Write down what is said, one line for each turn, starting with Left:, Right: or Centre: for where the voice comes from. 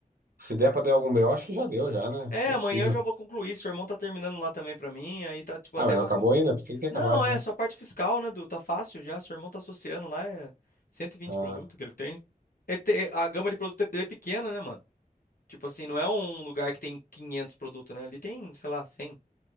Right: se der para dar algum BO, acho que já deu já, né?
Left: É,
Right: Não
Left: amanhã
Right: é possível.
Left: eu já vou concluir. Seu irmão tá terminando lá também pra mim, aí tá tipo até
Right: Ah, mas
Left: vou.
Right: não acabou
Left: co-
Right: ainda? Pensei que tinha
Left: Não,
Right: acabado já.
Left: é só parte fiscal, né, Du? Tá fácil já. Seu irmão tá associando lá, é cento e vinte
Right: Ah.
Left: produtos que ele tem. Ele te- A gama de produto dele é pequena, né, mano? Tipo assim, não é um lugar que tem 500 produtos, né? Ele tem, sei lá, 100